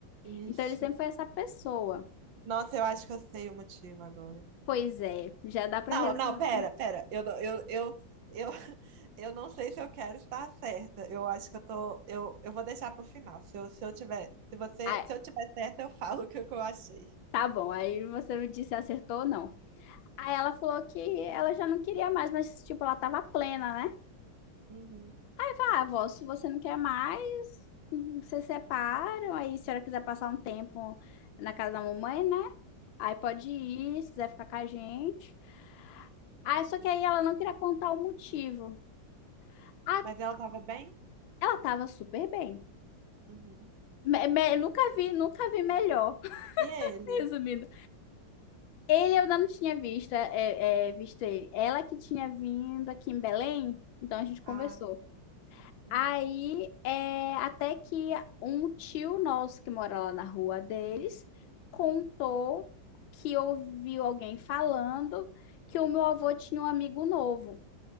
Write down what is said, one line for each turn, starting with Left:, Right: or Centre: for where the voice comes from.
Right: Ixi.
Left: Então ele sempre foi essa pessoa.
Right: Nossa, eu acho que eu sei o motivo agora.
Left: Pois é, já dá para
Right: Não,
Left: resumir.
Right: não, pera, pera. Eu, não- eu, eu, eu, <laughs> eu não sei se eu quero estar certa. Eu acho que eu tô. Eu, eu vou deixar pro final. Se eu, se eu tiver, se você,
Left: Ah,
Right: se eu tiver certa, eu falo o que eu achei.
Left: tá bom, aí você me disse se acertou ou não. Aí ela falou que ela já não queria mais, mas tipo, ela tava plena, né?
Right: Uhum.
Left: Tá, avó, se você não quer mais, uhum, vocês separam, aí se a senhora quiser passar um tempo na casa da mamãe, né? Aí pode ir, se quiser ficar com a gente. Ah, só que aí ela não queria contar o motivo. Ah,
Right: Mas ela tava bem?
Left: ela tava super bem.
Right: Uhum.
Left: Me- me- nunca vi, nunca vi melhor. <laughs>
Right: E ele?
Left: Resumindo, ele eu ainda não tinha visto, é, é, visto ele. Ela que tinha vindo aqui em Belém, então a gente conversou.
Right: Ah, tá. Uhum.
Left: Aí, é, até que um tio nosso que mora lá na rua deles contou que ouviu alguém falando que o meu avô tinha um amigo novo,